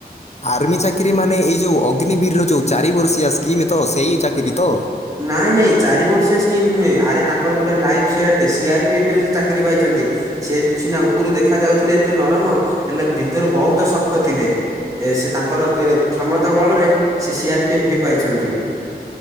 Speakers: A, on the left (about 40°); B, on the right (about 20°).
A: ଆର୍ମି ଚାକିରି ମାନେ ଏଇ ଯେଉଁ ଅଗ୍ନିବୀର ର ଯେଉଁ ଚାରି ବର୍ଷିଆ ସ୍କିମ୍ ତ ସେଇ ଚାକିରି ତ?
B: ନାଇଁ ନାଇଁ ଚାରି ବର୍ଷଆ ସ୍କିମ୍ ନୁହେଁ ଆରେ ତାଙ୍କର ପୁରା life set C R P F ରେ ସେ ଚାକିରି ପାଇଛନ୍ତି। ସେ ସିନା ଉପରୁ ଦେଖା ଯାଉଥିଲେ ଏତେ ନରମ, ହେଲେ ଭିତରୁ ବହୁତ ଶ ତ ଥିଲେ ଏ ସେ ତାଙ୍କର କ୍ଷମତା ବଳରେ ସେ ସି ଆର ପି ଏଫ୍ ହେଇପାରିଛନ୍ତି।